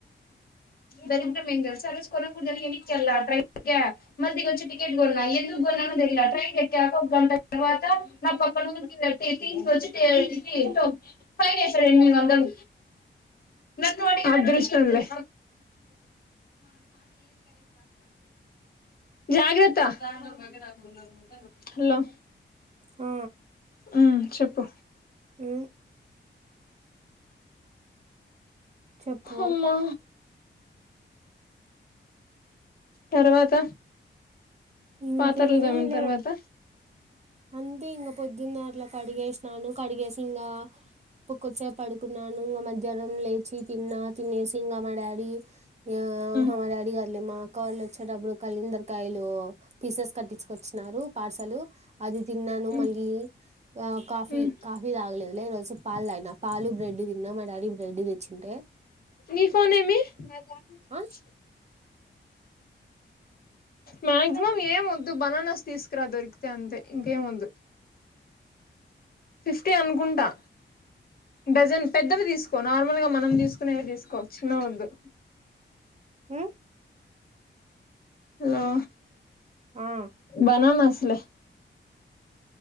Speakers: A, on the left (about 50°); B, on the right (about 35°).
A: దరిద్రం ఏం తెల్సా ఆరోజు కొనకూడదని ఎనక్కి ఎల్లా ట్రైన్గా మల్ దిగోచ్చి ట్రేన్ కొన్నాను ఎందుకు కొన్నాను క్క ట్రైన్ ఎట్టాక ఒక గంట తర్వాత నా పక్కన <unintelligible> ఫైన్ ఏసాడు ఎనిమిది వందలు నను అడిగాడు <unintelligible> అదృష్టం లే జాగ్రత్త హల్లో
B: ఆ
A: ఉమ్ చెప్పు
B: అ చెప్పు
A: అమ్మా తర్వాత
B: ఇంకేమి
A: పాత్రలు తోమిన
B: లే
A: తర్వాత
B: అంతే ఇంగ పొద్దున్నే అట్లా కడిగేసినాను కడిగేసి ఇంగ ఒక్కొద్సేపు పడుకున్నాను ఇగ మధ్యాహ్నం లేచి తిన్నా తినేసి ఇంగా మా డాడీ యో
A: మ్మ్
B: హో మా డాడీ గాదులే మాక్కళ్ళు ఓచ్చేటప్పుడు కల్ళందరకాయలు పీసెస్ కట్టించుకొచ్చిన్నారు పార్సలు అది తిన్నాను
A: మ్మ్
B: మళ్ళీ ఆ కాఫీ
A: మ్మ్
B: కాఫీ తాగలేదు లే ఈ రోజు పాలు తాగినా పాలు బ్రెడ్ తిన్నా మా డాడీ బ్రెడ్ తెచ్చుంటే
A: ని ఫోనేమి నాద
B: ఆ
A: <unintelligible> మ్యాక్సిమం ఏం వద్దు బననాస్ తీస్కురా దొరికితే అంతే ఇంకేం వద్దు ఫిఫ్టీ అనుకుంటా డజన్ పెద్దవి తీసుకో నార్మల్గా మనం తీసుకునేవి తీసుకో చిన్న ఓదు
B: ఊ
A: ఆ
B: ఆ
A: బననాస్లే